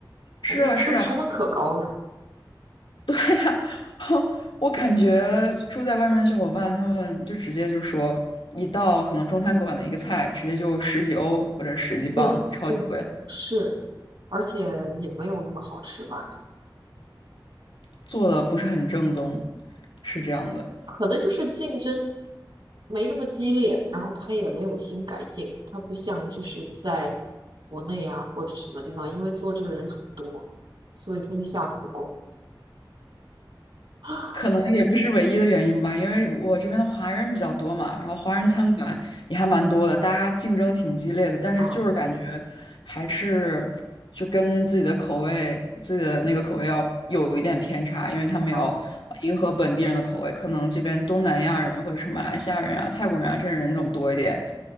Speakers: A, on the left; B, on the right.
A: 是啊，
B: 我们这出去成本可高了。
A: 是啊，<laughs> 我感觉住在外面的小伙伴，他们就直接就说一道可能中餐馆的一个菜，直接就十几欧或者十几磅，
B: 对对，
A: 超级贵，
B: 是，而且也没有那么好吃吧？
A: 做的不是很正宗，是这样的。
B: 可能就是竞争没那么激烈，然后他也没有新改进，他不像就是在国内啊或者什么地方，因为做这个人很多，所以他会下苦功。啊
A: 可能也不是唯一的原因吧，因为我这边的华人比较多嘛，然后华人餐馆也还蛮多的，大家竞争挺激烈的，但是就是感觉还是就跟自己的口味、
B: 啊
A: 自己的那个口味要有一点偏差，因为他们要迎合本地人的口味，
B: 啊！
A: 可能这边东南亚人或者是马来西亚人啊、泰国人啊这人种多一点，